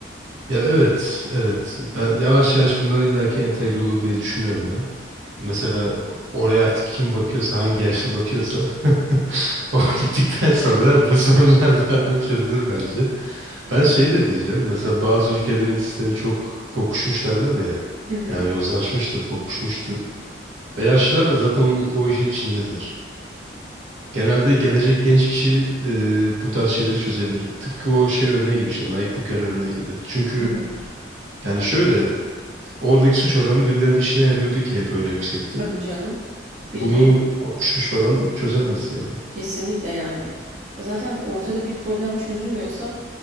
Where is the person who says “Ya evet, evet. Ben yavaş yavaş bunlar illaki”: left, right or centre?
Right